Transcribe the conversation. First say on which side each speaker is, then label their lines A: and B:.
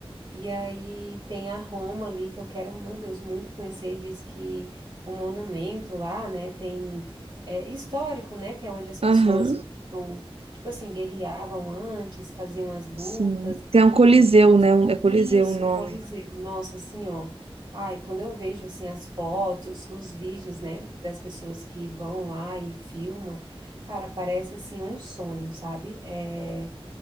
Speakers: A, on the right; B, on the right.
A: E aí tem a Roma ali, que eu quero, meu Deus, muito conhecer. Diz que o monumento lá, né, tem... É histórico, né, que é onde as pessoas,
B: Aham,
A: vão, tipo assim, guerreavam antes, faziam as lutas,
B: sim. Tem um Coliseu,
A: é, nossa,
B: né? um- É Coliseu
A: isso,
B: o nome.
A: Coliseu, nossa, assim, ó. Ai, quando eu vejo, assim, as fotos, os vídeos, né, das pessoas que vão lá e filmam, cara, parece, assim, um sonho, sabe? É,